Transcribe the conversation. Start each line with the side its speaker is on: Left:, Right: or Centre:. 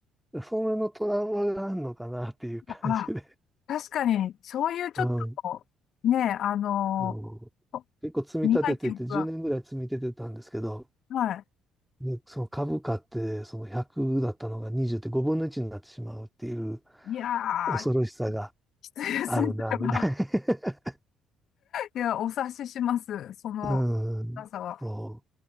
Centre: それのトラウマがあるのかなっていう感じで。
Left: あ、確かに、そういうちょっと、
Centre: うん。
Left: ねえ、あの、
Centre: そう結構積み立ててて、
Left: お苦い記憶が、
Centre: 10年ぐらい積み立ててたんですけど、
Left: はい。
Centre: で、その株価って、その100だったのが20って5分の1になってしまうっていう
Left: いや
Centre: 恐ろしさが
Left: ー、きついですね、
Centre: あるな、
Left: それは。
Centre: みたいな。
Left: いや、お察しします、その辛さは。
Centre: <laughs> うん。そ